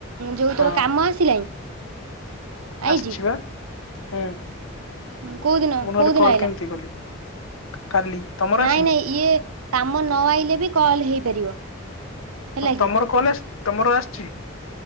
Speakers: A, on the right; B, on the left.
A: ଯୋଉ
B: ହଁ
A: ତୋର କାମ ଆସିଲାଣି ଆଇଛି
B: ଆସିଛି ବା ହୁଁ
A: ହୁଁ କୋଉ ଦିନ
B: ମୁଁ ନହେଲେ
A: କୋଉ ଦିନ
B: କଲ୍
A: ଆଇଲା
B: କେମିତି କଲି କାଲି ତମର
A: ନାଇଁ
B: ଆସିନି
A: ନାଇଁ ଇଏ କାମ ନ ଆଇଲେ ବି କଲ ହେଇପାରିବ ହେଲା
B: ଓ
A: କି?
B: ତମର କଲ ଆସି ତମର ଆସିଛି